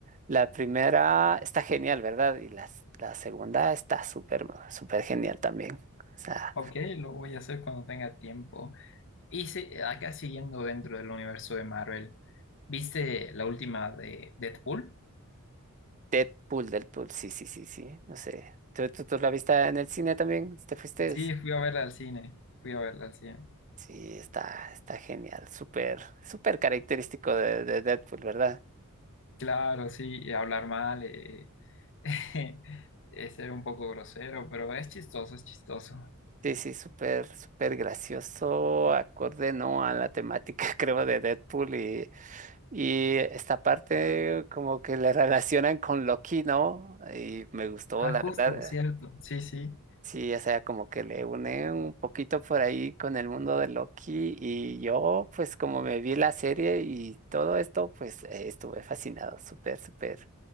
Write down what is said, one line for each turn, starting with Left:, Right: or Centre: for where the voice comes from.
Right: la primera está genial, ¿verdad? Y la, la segunda está súper, súper genial también. O sea,
Left: ok, lo voy a hacer cuando tenga tiempo. Y sí, acá siguiendo dentro del universo de Marvel, ¿viste la última de Deadpool?
Right: Deadpool, Deadpool, sí, sí, sí, sí, no sé. ¿Tú, tú, tú la viste en el cine también? ¿Te fuiste?
Left: Sí, fui a verla al cine, fui a verla al cine.
Right: Sí, está, está genial, súper, súper característico de, de Deadpool, ¿verdad?
Left: Claro, sí, y hablar mal, eh, <laughs> Es ser un poco grosero, pero es chistoso, es chistoso.
Right: Sí, sí, súper, súper gracioso, acorde, ¿no? A la temática, <laughs> creo, de Deadpool y, y esta parte como que le relacionan con Loki, ¿no? Y me gustó,
Left: Ah,
Right: la
Left: justo,
Right: verdad.
Left: cierto. Sí, sí.
Right: Sí, o sea, como que le une un poquito por ahí con el mundo de Loki y yo, pues como me vi la serie y todo esto, pues eh, estuve fascinado, súper, súper